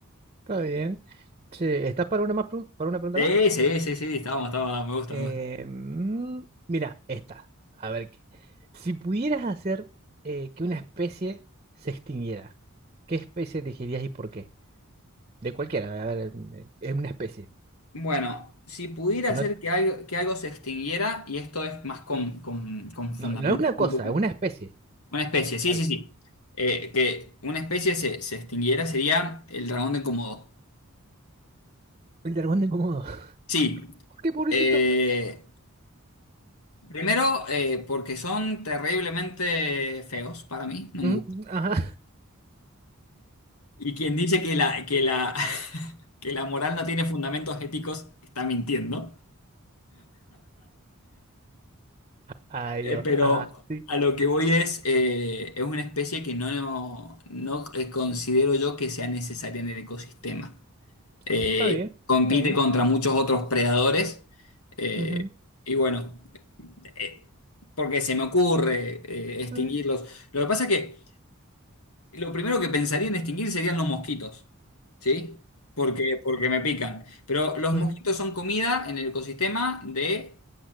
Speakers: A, on the right; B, on the left.
A: está bien. Che, ¿estás para una más, pru- para una pregunta
B: Sí,
A: más?
B: sí, sí, sí, estábamos, estábamos, me gusta,
A: Eh,
B: me gusta.
A: mm, mira, esta. A ver, qué- si pudieras hacer eh, que una especie se extinguiera, ¿qué especie elegirías y por qué? De cualquiera, a ver, eh, es una especie.
B: Bueno, si pudiera
A: Que
B: hacer
A: no,
B: que algo, que algo se extinguiera, y esto es más con, con, con fundamento,
A: no, no es una cosa,
B: un poquito-
A: es una especie.
B: una especie,
A: Dale.
B: sí, sí, sí, Eh, que una especie se, se extinguiera sería el dragón de Komodo.
A: El dragón de Komodo. <laughs>
B: Sí,
A: ¿Por qué, pobrecito?
B: eh, Primero, eh, porque son terriblemente feos para mí, no
A: Mm,
B: me gusta.
A: ajá.
B: Y quien dice que la, que la, <laughs> que la moral no tiene fundamentos éticos está mintiendo.
A: Ay,
B: Eh,
A: Dios.
B: pero
A: Ajá. Sí.
B: a lo que voy es, eh, es una especie que no, no, eh, considero yo que sea necesaria en el ecosistema. Eh,
A: Está bien,
B: compite
A: está bien.
B: contra muchos otros predadores. eh,
A: Ujú,
B: y bueno, eh, porque se me ocurre eh, extinguirlos.
A: Está bien.
B: Lo que pasa es que... Lo primero que pensaría en extinguir serían los mosquitos, ¿sí? Porque, porque me pican. Pero los
A: Ujú,
B: mosquitos son comida en el ecosistema de